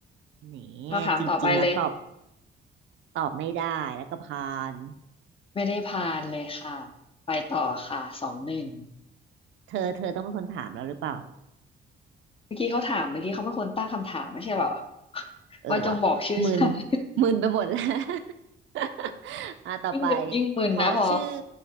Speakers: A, on the right; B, on the left.
A: แหน
B: คำถามต่อไปเลย
A: จริงๆแล้วตอบตอบไม่ได้แล้วก็ผ่าน
B: ไม่ได้ผ่านเลยค่ะไปต่อค่ะสองหนึ่ง
A: เธอเธอต้องเป็นคนถามเราหรือเปล่า
B: เมื่อกี้เขาถามเมื่อกี้เขาเป็นคนตั้งคำถามไม่ใช่เหรอ
A: เออวะมึน
B: <laughs> ว่าจงบอกชื่อสัตว์
A: มึนไปหมดแล้ว <laughs> อ่ะต่อไป
B: <laughs> ยิ่งดึกยิ่งมึนนะพอ
A: ขอชื่อ